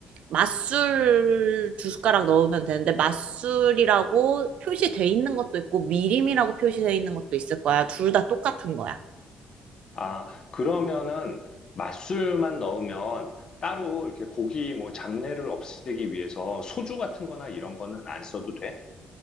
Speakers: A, on the right (about 65°); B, on the left (about 35°).
A: 맛술 두 숟가락 넣으면 되는데, 맛술이라고 표시돼 있는 것도 있고, 미림이라고 표시돼 있는 것도 있을 거야. 둘 다 똑같은 거야.
B: 아, 그러면은 맛술만 넣으면 따로 이렇게 고기 뭐 잡내를 없애기 위해서 소주 같은 거나 이런 거는 안 써도 돼?